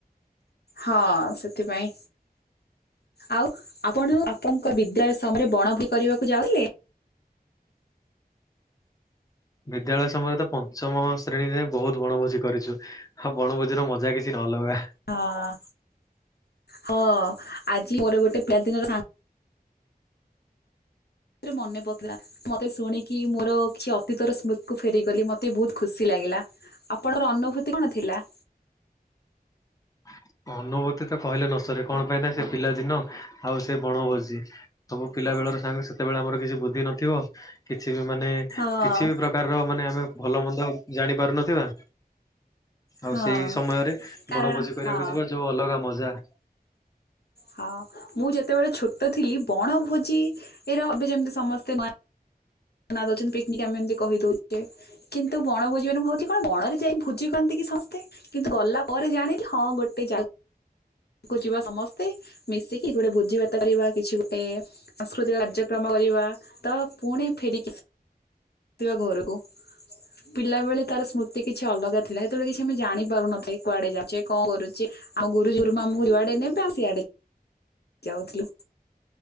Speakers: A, on the left; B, on the left.
A: ହଁ ସେଥିପାଇଁ। ଆଉ ଆପଣ ଆପଣଙ୍କ ବିଦ୍ୟାଳୟ ସମୟରେ ବଣ ବି କରିବାକୁ ଯାଉଥିଲେ।
B: ବିଦ୍ୟାଳୟ ସମୟରେ ତ ପଞ୍ଚମ ଶ୍ରେଣୀରେ ବହୁତ ବଣଭୋଜି କରିଛୁ। ଆଉ ବଣଭୋଜିର ମଜା କିଛି ନଲଗା।
A: ହଁ ହଁ ଆଜି ମୋର ଗୋଟେ ପିଲାଦିନର ସାଙ୍ଗ ମନେ ପକିଲଥିଲା ମତେ ଶୁଣିକି ମୋର କିଛି ଅତୀତର ସ୍ମୃତି କୁ ଫେରିଗଲି ମତେ ବହୁତ ଖୁସି ଲାଗିଲା। ଆପଣଙ୍କର ଅନୁଭୂତି କଣ ଥିଲା?
B: <inaudible> ଅନୁଭୂତି ତ କହିଲେ ନ ସରେ। କଣ ପାଇଁ ନା ସେ ପିଲାଦିନ ଆଉ ସେ ବଣଭୋଜି। ସବୁ ପିଲା
A: ହଁ
B: ବେଳର ସାଙ୍ଗ ସେତେବେଳେ ଆମର କିଛି ବୁଦ୍ଧି ନଥିବ। କିଛି ମାନେ
A: ହଁ
B: କିଛି ବି ପ୍ରକାରର ମାନେ ଆମେ ଭଲ ମନ୍ଦ ଜାଣି ପାରୁନଥିବା। ଆଉ
A: ହଁ
B: ସେଇ ସମୟରେ
A: କାରଣ
B: ବଣଭୋଜି କରିବାକୁ
A: ହଁ
B: ଯିବା ଯୋଉ ଅଲଗା ମଜା।
A: ହଁ ମୁଁ ଯେତେବେଳେ ଛୋଟ ଥିଲି ବଣଭୋଜି ର ଏବେ ଯେମିତି ସମସ୍ତେ ନ ଦଉଛନ୍ତି ପିକ୍ନିକ ଆମେ ଏତି କହି ଦଉଛେ। କିନ୍ତୁ ବଣ ଭୋଜିି ମାନେ ଭାବଛି କଣ ବଣରେ ଯାଇ ଭୋଜି କରନ୍ତି କି? ସମସ୍ତେ କିନ୍ତୁ ଗଲା ପରେ ଜାଣିଲି ହଁ ଗୋଟେ ଜାଗା। କୁ ଯିବା ସମସ୍ତେ ମିଶିକି ଗୋଟେ ବୋଜି ଭାତ କରିବା। କିଛି ଗୋଟେ ସାଂସ୍କୃତିକ କାର୍ଯ୍ୟକ୍ରମ କରିବା ତ ପୁଣି ଫେରିକି ଥିବା ଘରକୁ ପିଲାବେଳେ ତାର ସ୍ମୃତି କିଛି ଅଲଗା ଥିଲା ହେତେବେଳେ କିଛି ଆମେ ଜାଣି ପାରୁନଥାଏ କୁଆଡେ ଯାଉଛେ କଣ କରୁଛେ? ଆମ ଗୁରୁଜୀ ଗୁରୁମା ଆମକୁ ଯୁଆଡେ ନେବେ ଆମେ ସିଆଡେ ଯାଉଥିଲୁ।